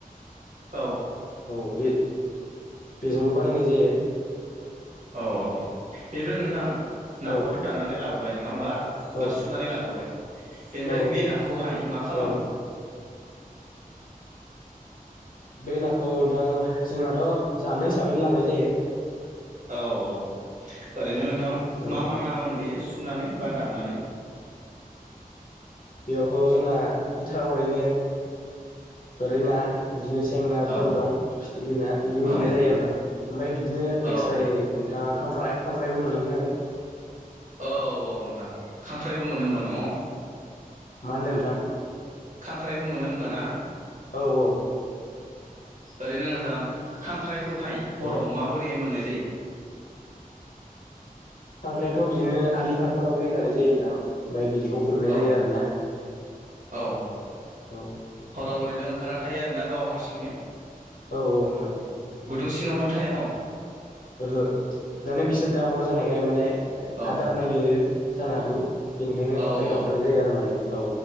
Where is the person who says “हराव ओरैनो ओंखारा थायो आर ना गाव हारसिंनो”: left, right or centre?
Right